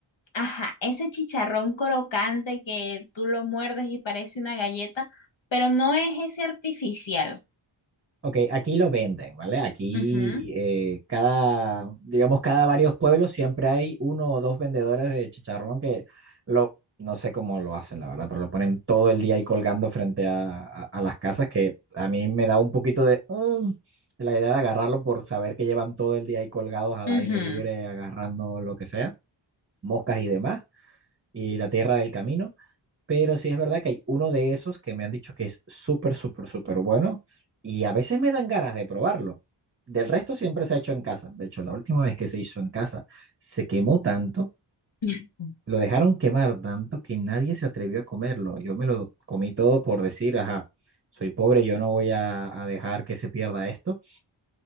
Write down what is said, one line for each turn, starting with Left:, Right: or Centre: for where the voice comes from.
Left: ajá, ese chicharrón crocante que tú lo muerdes y parece una galleta, pero no es ese artificial.
Right: Ok, aquí lo venden, ¿vale? Aquí
Left: Ujú.
Right: eh, cada, digamos, cada varios pueblos siempre hay uno o dos vendedores de chicharrón que lo, no sé cómo lo hacen, la verdad, pero lo ponen todo el día ahí colgando frente a, a- a las casas que a mí me da un poquito de... mm, la idea de agarrarlo por saber que llevan todo el día ahí colgados al aire
Left: Ujú,
Right: libre, agarrando lo que sea, moscas y demás, y la tierra del camino. Pero sí es verdad que hay uno de esos que me han dicho que es súper, súper, súper bueno y a veces me dan ganas de probarlo. Del resto siempre se ha hecho en casa. De hecho, la última vez que se hizo en casa se quemó tanto,
Left: <laughs>
Right: lo dejaron quemar tanto que nadie se atrevió a comerlo. Yo me lo comí todo por decir, ajá, soy pobre, yo no voy a, a dejar que se pierda esto.